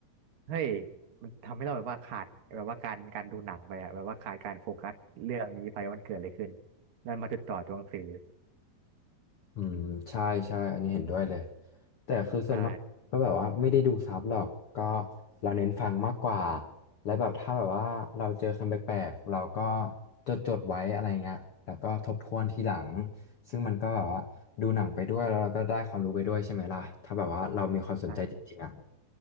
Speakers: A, on the right; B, on the left.
A: เฮ้ยมันทำให้เราแบบว่าขาดแบบว่าการการดูหนังไปอ่ะแบบว่าขาดการโฟกัสเรื่องนี้ไปว่ามันเกิดอะไรขึ้นนั่นมาจดจ่อตัวหนังสือ
B: อืมใช่ใช่อันนี้เห็นด้วยเลยแต่คือส่วนมากก็แบบว่าไม่ได้ดูซับหรอกก็
A: ใช่
B: เราเน้นฟังมากกว่าและแบบถ้าแบบว่าเราเจอคำแปลกๆเราก็จดจดไว้อะไรเงี้ยแล้วก็ทบทวนทีหลังซึ่งมันก็แบบว่าดูหนังไปด้วยแล้วเราก็ได้ความรู้ไปด้วยใช่ไหมล่ะถ้าแบบว่าเรามีความสนใจจริงๆอ่ะ
A: ใช่